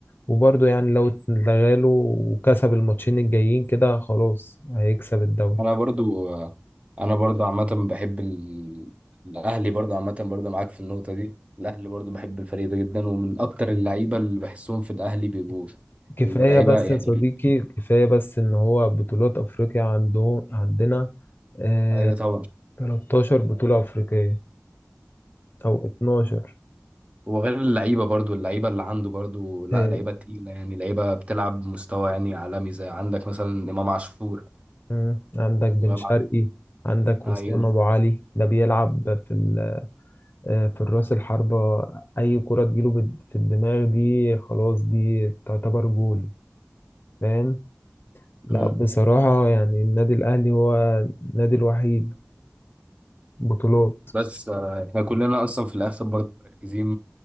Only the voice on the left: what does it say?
وبرضه يعني لو اتلغى له وكسب الماتشين الجايين كده خلاص هيكسب الدوري
كفاية
بس
يا صديقي كفاية بس إن هو بطولات أفريقيا عنده عندنا آه
13 بطولة أفريقية أو 12
آه
مم، عندك بن
شرقي
عندك
وسام أبو علي ده بيلعب في ال- آه في الراس الحربة أي كرة تجيله بال- في الدماغ دي خلاص دي تعتبر جول فاهم لا
بصراحة يعني النادي الأهلي هو النادي الوحيد بطولات